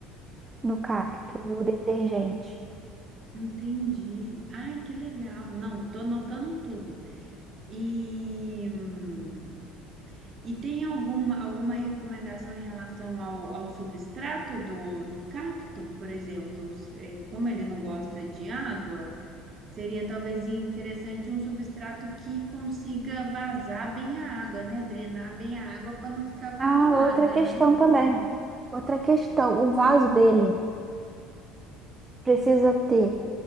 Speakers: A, on the right; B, on the right.
A: no cacto,
B: En-
A: o detergente.
B: Entendi. Ai, que legal. Não, tô anotando tudo. E, hum, e tem alguma, alguma recomendação em relação ao, ao substrato do, do cacto, por exemplo? S- é, como ele não gosta de água, seria talvez interessante um substrato que consiga vazar bem a água, né? Drenar bem a água para não ficar acumulada,
A: Ah, outra questão
B: né?
A: também. Outra questão, o vaso dele precisa ter.